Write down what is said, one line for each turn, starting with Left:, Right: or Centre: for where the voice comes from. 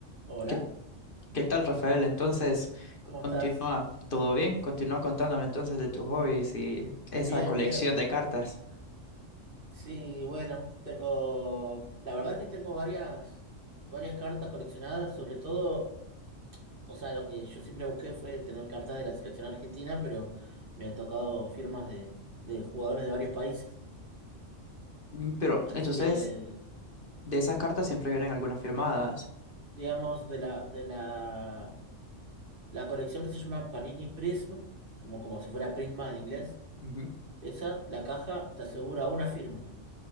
Right: Hola,
Left: ¿Qué, qué tal, Rafael? Entonces,
Right: ¿cómo
Left: continúa,
Right: estás?
Left: ¿todo bien? Continúa contándome entonces de tus hobbies y esa
Right: Bien,
Left: colección
Right: bien.
Left: de cartas.
Right: Sí, bueno, tengo, la verdad que tengo varias, varias cartas coleccionadas, sobre todo, o sea, lo que yo siempre busqué fue tener cartas de la selección argentina, pero me han tocado firmas de, de jugadores de varios países.
Left: Mm, Pero
Right: Así
Left: entonces,
Right: que,
Left: de esas cartas siempre vienen algunas firmadas.
Right: digamos, de la, de la, la colección que se llama Panini Prism, como, como si fuera Prisma en inglés,
Left: Ujú.
Right: esa, la caja te asegura una firma.